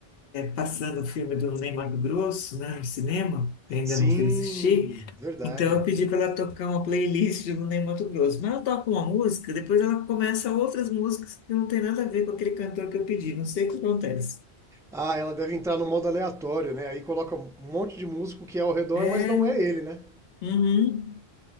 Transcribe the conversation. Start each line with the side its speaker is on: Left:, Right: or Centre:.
Left: passando o filme do Ney Matogrosso, né, no cinema, eu ainda
Centre: Sim,
Left: não fui assistir,
Centre: verdade.
Left: então eu pedi para ela tocar uma playlist do Ney Matogrosso. Mas ela toca uma música, depois ela começa outras músicas que não tem nada a ver com aquele cantor que eu pedi. Não sei o que acontece.
Centre: Ah, ela deve entrar no modo aleatório, né? Aí coloca um monte de músico que é ao redor,
Left: É
Centre: mas não é ele, né?
Left: Uhum.